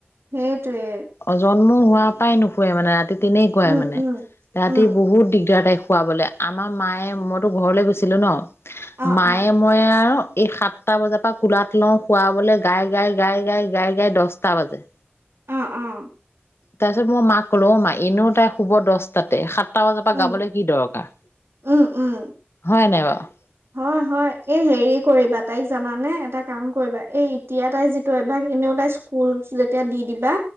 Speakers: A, on the right; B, on the left.
A: সেইটোৱে।
B: অ' জন্ম হোৱা পৰাই নুশুৱে মানে ৰাতি তেনেকুৱাই
A: উম
B: মানে।
A: উম
B: ৰাতি
A: উম
B: বহুত দিগদাৰ তাইক শুৱাবলে। আমাৰ মায়ে, মইতো ঘৰলে গৈছিলো ন।
A: অ
B: মায়ে
A: অ
B: মই আৰু, এই সাত- টা বজাৰ পৰা কোলাত লওঁ শুৱাবলৈ গাই, গাই, গাই, গাই, গাই, গাই দচটা বাজে।
A: উম, উম।
B: তাৰপিছত মই মাক ক'লো অ মা এনেও তাই শুব দহটাতে সাতটা বজাৰ পৰা
A: উম
B: গাবলৈ কি দৰকাৰ।
A: উম উম
B: হয় নাই বাৰু?
A: হয় হয় এই হেৰি কৰিবা তাইক জানানে এটা কাম কৰিবা। এই এতিয়া তাই যিটো অভ্যাস এনেও তাই- কুলচ যেতিয়া দি দিবা,